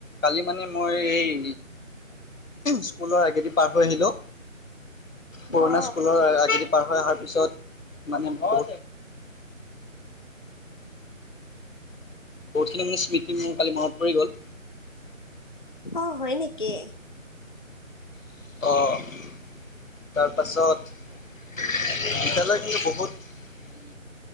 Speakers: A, on the left; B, on the left.
A: কালি মানে। মই এই স্কুলৰ আগেদি পাৰ হৈ আহিলোঁ পুৰণা
B: অ
A: স্কুলৰ আজেদি পাৰ হৈ অহাৰ পিছত মানে ব বহুতখিনি মানে স্মৃতি মোৰ কালি মনত পৰি গ'ল
B: অ হয় নেকি!
A: অঁ তাৰপাছত বিদ্যালয় কিন্তু বহুত